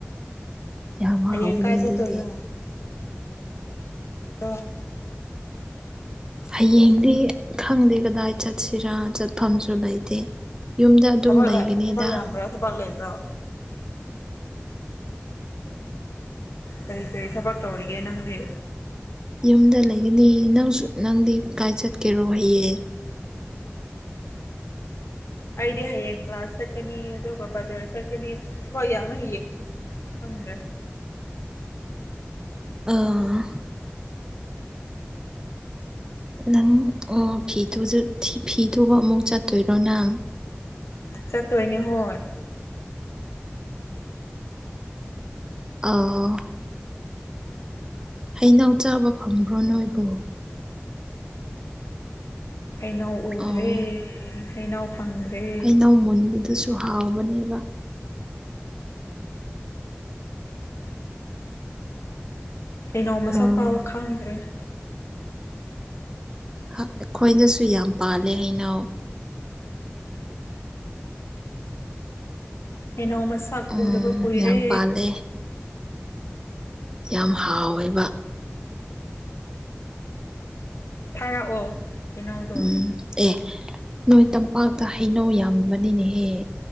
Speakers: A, on the right; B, on the left.
A: ꯌꯥꯝ
B: ꯍꯌꯦꯡ
A: ꯍꯥꯎꯕꯅꯦ
B: ꯀꯥꯏ ꯆꯠꯇꯣꯏꯅꯣ
A: ꯑꯗꯨꯗꯤ
B: ꯇꯣ
A: ꯍꯌꯦꯡꯗꯤ ꯈꯪꯗꯦ ꯀꯗꯥꯏ ꯆꯠꯁꯤꯔꯥ ꯆꯠꯐꯝꯁꯨ ꯂꯩꯇꯦ꯫ ꯌꯨꯝꯗ ꯑꯗꯨꯝ
B: ꯊꯕꯛ
A: ꯂꯩꯒꯅꯤꯗ꯫
B: ꯊꯕꯛ ꯌꯥꯝꯕ꯭ꯔꯥ ꯊꯕꯛ ꯂꯩꯕ꯭ꯔꯣ꯫ ꯀꯔꯤ ꯀꯔꯤ ꯊꯕꯛ ꯇꯧꯔꯤꯒꯦ ꯅꯪꯗꯤ
A: ꯌꯨꯝꯗ ꯂꯩꯒꯅꯤ ꯅꯪꯁꯨ ꯅꯪꯗꯤ ꯀꯥꯏ ꯆꯠꯀꯦꯔꯣ ꯍꯌꯦꯡ
B: ꯑꯩꯗꯤ ꯍꯌꯦꯡ ꯀ꯭ꯂꯥꯁ ꯆꯠꯀꯅꯤ ꯑꯗꯨꯒ ꯕꯖꯥꯔ ꯆꯠꯀꯅꯤ ꯊꯕꯛ ꯌꯥꯝꯃꯦ ꯍꯌꯦꯡꯁꯦ ꯈꯪꯗ꯭ꯔꯦ
A: ꯑꯥ ꯅꯪ ꯑꯣ ꯐꯤ ꯇꯨꯖ ꯐꯤ ꯐꯤꯇꯨꯕ ꯑꯃꯨꯛ ꯆꯠꯇꯣꯏꯔꯣ ꯅꯪ
B: ꯆꯠꯇꯣꯏꯅꯦ ꯍꯣꯏ
A: ꯑꯥ ꯍꯩꯅꯧ ꯆꯥꯕ ꯐꯪꯕ꯭ꯔꯣ ꯅꯣꯏꯕꯣ
B: ꯍꯩꯅꯧ ꯎꯗ꯭ꯔꯦ
A: ꯑꯣ
B: ꯍꯩꯩꯅꯧ ꯐꯪꯗ꯭ꯔꯦ
A: ꯍꯩꯅꯧ ꯃꯨꯟꯕꯗꯨꯁꯨ ꯍꯥꯎꯕꯅꯦꯕ
B: ꯍꯩꯅꯧ ꯃꯁꯛ
A: ꯑꯣ
B: ꯐꯥꯎꯕ ꯈꯪꯗ꯭ꯔꯦ
A: ꯑꯩꯈꯣꯏꯗꯁꯨ ꯌꯥꯝ ꯄꯥꯜꯂꯦ ꯍꯩꯅꯧ
B: ꯍꯧꯅꯧ ꯃꯁꯥꯛ
A: ꯎꯝ
B: ꯎꯗꯕ ꯀꯨꯏꯔꯦ
A: ꯌꯥꯝ ꯄꯥꯜꯂꯦ ꯌꯥꯝ ꯍꯥꯎꯋꯦꯕ
B: ꯊꯥꯔꯛꯑꯣ ꯍꯩꯅꯧꯗꯣ
A: ꯎꯝ ꯑꯦ ꯅꯣꯏ ꯇꯝꯄꯥꯛꯇ ꯍꯩꯅꯧ ꯌꯥꯝꯕꯅꯤꯅꯦꯍꯦ